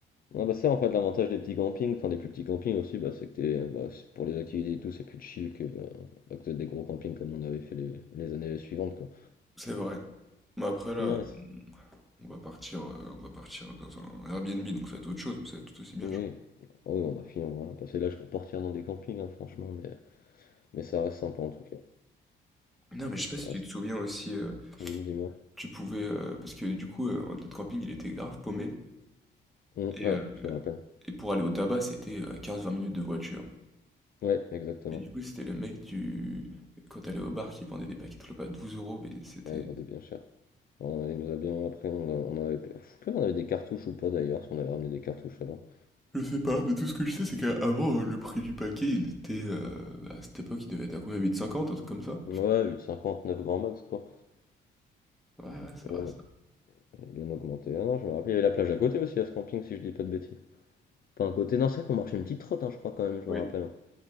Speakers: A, on the left; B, in the centre.
A: Ah bah ça en fait l'avantage des petits campings, enfin des plus petits campings aussi, bah c'est que t'es, bah, c'est- pour les activités et tout c'est plus chill que, euh, bah, que des gros campings comme on avait fait les, les années suivantes quoi.
B: C'est vrai. Mais après là,
A: Ouais,
B: on va partir, heu, on va partir dans un Airbnb, donc ça va être autre chose, mais ça va être tout aussi bien
A: Oui,
B: je p
A: oui, on a fini, on a passé l'âge pour partir dans des campings, hein, franchement, mais, mais ça reste sympa en tout cas.
B: non mais je sais pas
A: Ça
B: si
A: reste.
B: tu te souviens aussi, heu,
A: Hum, dis-moi.
B: tu pouvais, heu parce que du coup, heu, notre camping il était grave paumé
A: Hum,
B: et
A: ouais,
B: heu
A: je me rappelle.
B: et pour aller au tabac c'était, heu, 15-20 minutes de voiture.
A: Ouais, exactement.
B: Et du coup c'était le mec du quand t'allais au bar qui vendait des paquets de clopes à 12 euros mais c'était
A: Ouais, ils vendaient bien cher. Enfin, On, il nous a bien. Après, on, a- on en avait. Je sais plus si on avait des cartouches ou pas d'ailleurs, si on avait ramené des cartouches avant.
B: Je sais pas, mais tout ce que je sais, c'est qu'avant, euh, le prix du paquet, il était... euh, à cette époque, il devait être à combien? 8,50, un truc comme ça?
A: Ouais, huit virgule cinquante-neuf grand max quoi.
B: Ouais, ouais, c'est
A: Ouais,
B: vrai,
A: ouais,
B: ça.
A: il a bien augmenté. Ah non, je me rappelle, il y avait la plage à côté aussi à ce camping, si je dis pas de bêtises. Pas un côté. Non, c'est vrai qu'on marchait une petite trotte, hein, je crois quand même, je
B: Oui,
A: me rappelle. hein.